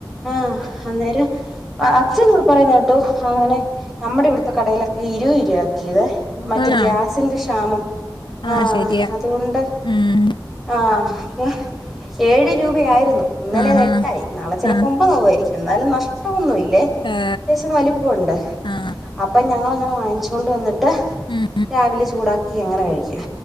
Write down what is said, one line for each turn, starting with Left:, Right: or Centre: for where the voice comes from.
Centre: ആഹ് അന്നേരം ആഹ് അച്ഛനിവടെ പറയുന്ന കേട്ടു അങ്ങനെ നമ്മടെ ഇവിടുത്തെ കടയിലൊക്കെ ഇരുപത് രൂപ ആക്കി ന്നെ മറ്റെ
Left: ആണോ
Centre: ഗ്യാസിന്റെ ക്ഷാമം
Left: ആ
Centre: ആഹ്
Left: ശരിയാ
Centre: അത് കൊണ്ട്
Left: ഉം
Centre: ആഹ് അപ്പ ഏഴ് രൂപയായിരുന്നു ഇന്നലെ
Left: ആഹാ
Centre: അത് എട്ടായി നാളെ ചെലപ്പൊ
Left: ആ
Centre: ഒമ്പതാകുവായിരിക്കും എന്നാലും നഷ്ടവൊന്നും ഇല്ലേ അത്യാവശ്യം
Left: ഏ,
Centre: വലു പ്പോണ്ട്അപ്പ
Left: ആ
Centre: ഞങ്ങളങ്ങനെ വാങ്ങിച്ചോണ്ട് വന്ന്ട്ട്
Left: ഉം
Centre: രാവിലെ ചൂടാ ക്കി അങ്ങനെ കഴിക്കും